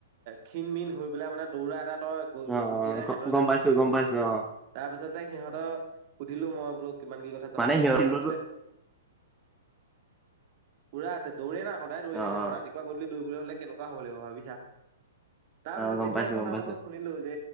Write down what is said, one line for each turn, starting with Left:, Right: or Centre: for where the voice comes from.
Right: ক্ষীণ মিন হৈ পেলাই মানে দৌৰা এটা তই
Centre: অ
Right: গুটি
Centre: অ
Right: এটা
Centre: গ
Right: সেহেতৰ
Centre: গম
Right: গাত
Centre: পাইছো
Right: দেখিবি
Centre: গম
Right: মানে,
Centre: পাইছো অ
Right: তাৰ পিছত সিহঁতক সুধিলো মই বো কিমান কি কথা তাৰপৰা
Centre: মানে
Right: সেইখিনি
Centre: সিহঁত
Right: কথা
Centre: ফিল্ডতো
Right: কলে পুৰা আছে দৌৰে না সদায় দৌৰি
Centre: অ
Right: থাকে ন
Centre: অ
Right: ৰাতিপুৱা গধূলি দৌৰিবলে হ'লে কেনেকুৱা হ'ব লাগিব ভাবিছা, তাৰ
Centre: অ
Right: পিছত
Centre: গম
Right: যেতিয়া
Centre: পাইছো
Right: মই
Centre: গম
Right: তাৰ
Centre: পাইছো
Right: মুখত শুনিলো যে